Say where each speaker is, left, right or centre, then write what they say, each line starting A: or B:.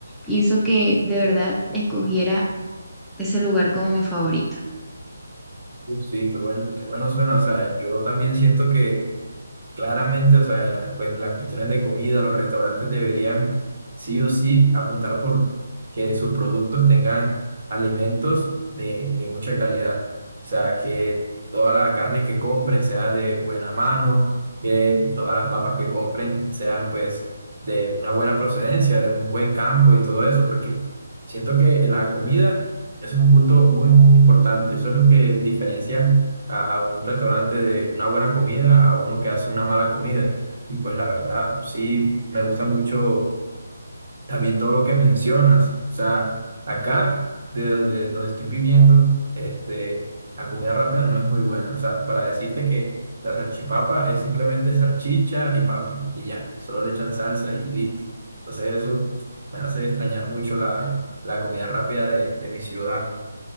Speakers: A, in the centre; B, on the right.
A: hizo que de verdad escogiera ese lugar como mi favorito.
B: Uf, Sí, qué bueno, qué bueno suena. O sea, yo también siento que Claramente, o sea, en la cue- las cuestiones de comida, los restaurantes deberían sí o sí apuntar por que sus productos tengan alimentos de, de mucha calidad. O sea, que toda la carne que compren sea de buena mano, que todas las papas que compren sean pues de una buena procedencia, de un buen campo y todo eso, porque siento que la comida, eso es un punto muy, muy importante. Eso es lo que diferencia a un restaurante de una buena comida a uno que hace una mala comida. Y pues la verdad, sí, me gusta mucho también todo lo que mencionas. O sea, acá, de donde, donde estoy viviendo, este, la comida rápida no es muy buena. O sea, para decirte que la salchipapa es simplemente salchicha y papa y ya, solo le echan salsa y listo. Entonces eso me hace extrañar mucho la, la comida rápida de, de mi ciudad.